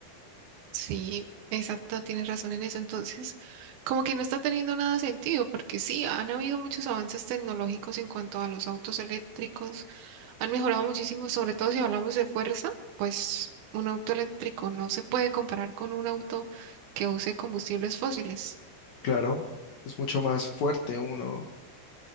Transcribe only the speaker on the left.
Claro, es mucho más fuerte uno